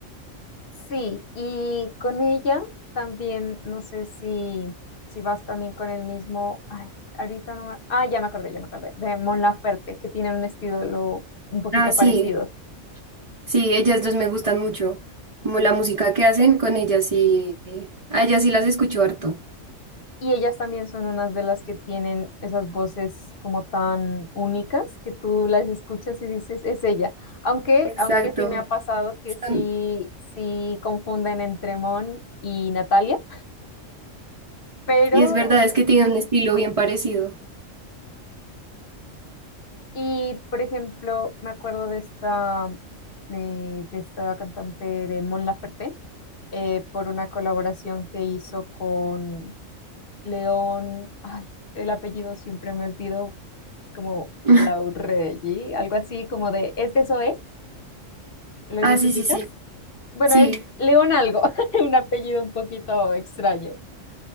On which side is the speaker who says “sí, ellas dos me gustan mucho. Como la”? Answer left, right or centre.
Right